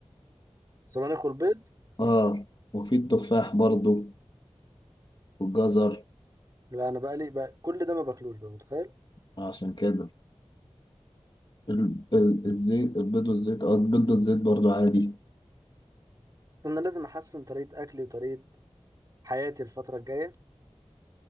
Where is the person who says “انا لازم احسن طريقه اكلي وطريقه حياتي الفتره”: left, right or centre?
Right